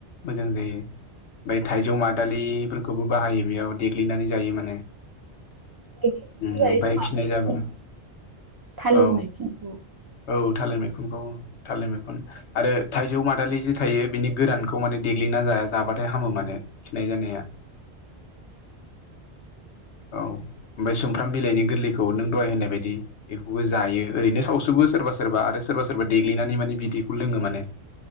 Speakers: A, on the left; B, on the right.
A: मोजां जायो ओमफ्राय थाइजौ मादालिफोरखौबो बाहायो बेयाव देग्लिनानै जायो माने
B: मैखुनखौबो
A: ओम
B: जायो
A: ओमफाय
B: खोमा
A: खिनाय
B: मैखुन
A: जाबा
B: थालिर
A: औ
B: मैथिंखौ
A: औ थालिर मैखुनखौ थालिर मैखुन आरो थाइजौ मादालि जि थायो बिनि गोरानखौ माने देग्लिना जाया जाबाथाय हामो माने खिनाय जानाया औ ओमफ्राय सुमफ्राम बिलाइनि गोरलैखौ नों दहाय होननाय बायदि बेखौबो जायो ओरैनो सावसोबो सोरबा सोरबा आरो सोरबा सोरबा देग्लिनानै माने बिदैखौ लोङो माने